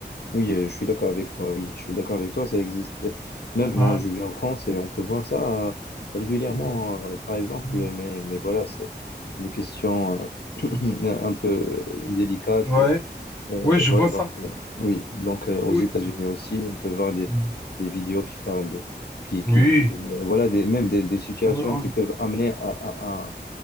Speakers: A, on the left; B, on the left.
A: oui, euh, je suis d'accord avec toi, oui, je suis d'accord avec toi, ça existe. Même moi,
B: Hein.
A: je vis en France et on peut voir ça euh, régulièrement,
B: Mm,
A: euh, par exemple,
B: mm,
A: mais, mais voilà, c'est c'est des questions euh, <clears throat>
B: mm.
A: un peu euh, délicates
B: Ouais,
A: Euh,
B: ouais, je
A: voilà,
B: vois ça.
A: donc, euh, oui, donc euh, aux
B: Oui,
A: États-Unis aussi, on peut voir des,
B: Mm.
A: des vidéos qui parlent de, qui,
B: oui,
A: qui, qui euh, voilà, des, même des, des situations
B: oui.
A: qui peuvent amener à, à, à-